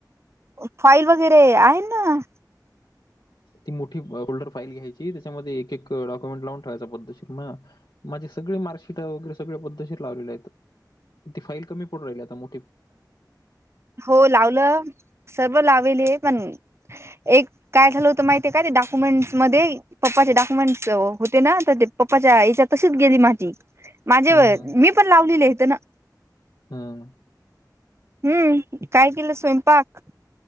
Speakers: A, on the right; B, on the left.
A: फाईल वगैरे आहे ना
B: ती मोठी फोल्डर फाईल घ्यायची त्याच्यामध्ये एक एक डॉक्युमेंट लावून ठेवायचा पद्धतशीर ना माझे सगळे मार्कशिट वगैरे सगळे पद्धतीर लावले आहेत ती फाईल कमी पडू राहिली आता म
A: हो लावलं सर्व लावेले पण एक काय झालं होत माहितीय काय ते डाक्युमेंट्स मध्ये पप्पाचे डाक्युमेंट्स होते ना तर पप्पाच्या याच्या तशीच गेली माझी माझे
B: हम्म हम्म
A: मी पण लावलेली आहेथ ना
B: हम्म
A: हम्म काय केलं स्वयंपाक,?